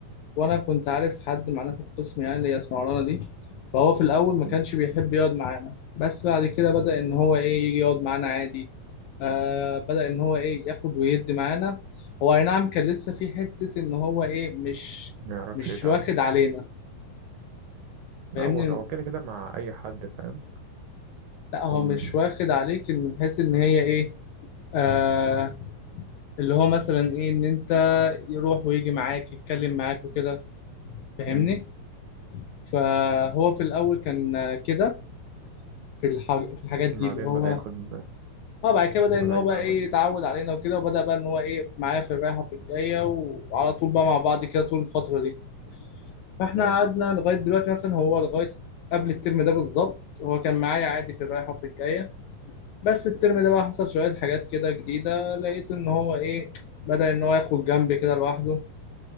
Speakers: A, on the left; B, on the right.
A: وانا كنت عارف حد معانا في القسم يعني اللي هي اسمها رانا دي فهو في الاول ما
B: مم.
A: كانش بيحب يقعد معانا بس بعد كده بدأ ان هو ايه يجي يقعد معانا عادي آه بدأ ان هو ايه ياخد ويدي معانا هو اي نعم كان لسه في حته ان هو ايه مش
B: ما يعرفش
A: مش
B: يتعامل
A: واخد علينا
B: لا
A: فاهمني
B: هو هو كده كده مع أي حد فاهم
A: لا هو
B: هو
A: مش
B: مش
A: واخد عليك من حيث ان هي ايه آه اللي هو مثلا ايه ان انت يروح ويجي معاك يتكلم معاك وكده فاهمني
B: مم.
A: فهو في الاول كان كده في الحاج... في الحاجات
B: بعدين
A: دي اللي هو
B: بدأ ياخد
A: اه بعد كده بدأ
B: بدأ
A: ان هو
B: يتعود
A: بقى ايه يتعود علينا وكده وبدأ بقى ان هو ايه معايا في الرايحة في الجاية وعلى طول بقى مع بعض كده طول الفترة دي فاحنا
B: أيوة
A: قعدنا لغاية دلوقتي مثلا هو لغاية قبل الترم ده بالظبط هو كان معايا عادي في الرايحة وفي الجاية بس الترم ده بقى حصل شوية حاجات كده جديدة لقيت ان هو ايه بدأ ان هو ياخد جنب كده لوحده